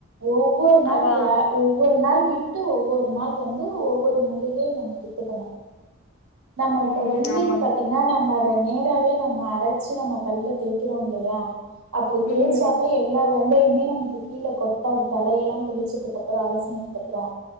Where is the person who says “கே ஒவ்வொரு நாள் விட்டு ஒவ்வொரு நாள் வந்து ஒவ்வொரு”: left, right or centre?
Right